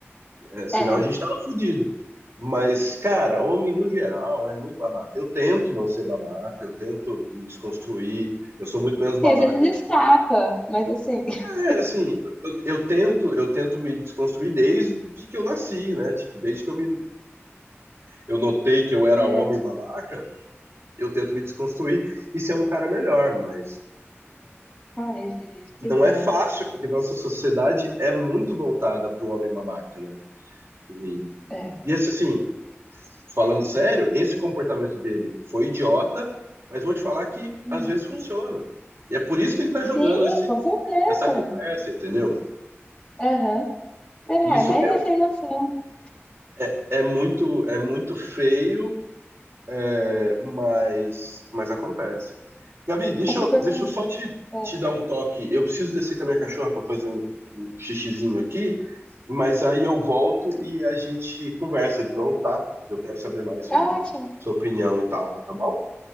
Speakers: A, on the right (about 60°); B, on the left (about 20°).
A: É, senão
B: É.
A: a gente tava fudido. Mas, cara, homem no geral é muito babaca. Eu tento não ser babaca, eu tento me desconstruir, eu sou muito menos babaca
B: Sim, às vezes
A: hoje
B: escapa,
A: em dia.
B: mas assim... <laughs>
A: É, assim, eu, eu tento, eu tento me desconstruir desde que eu nasci, né? Tipo, desde que eu me eu notei que eu era
B: É.
A: homem babaca, eu tento me desconstruir e ser um cara melhor, mas
B: Ai, gente, que
A: não
B: dó.
A: é fácil, porque nossa sociedade é muito voltada para o homem babaca, né? E,
B: É.
A: e esse, assim, falando sério, esse comportamento dele foi idiota, mas vou te falar que
B: Uhum.
A: às vezes funciona. E é por isso que ele tá jogando
B: Sim,
A: esse,
B: com certeza.
A: essa conversa, entendeu?
B: Aham. É,
A: Isso
B: mas é sem noção.
A: é, é, é muito é muito feio, é, mas, mas acontece. Gabi, deixa
B: É super
A: eu, deixa
B: comum.
A: eu só te,
B: É.
A: te dar um toque. Eu preciso descer com a minha cachorra para fazer um, um xixizinho aqui, mas aí eu volto e a gente conversa de novo, tá? Eu quero saber mais
B: Tá
A: sobre
B: ótimo.
A: sua opinião e tal, tá bom?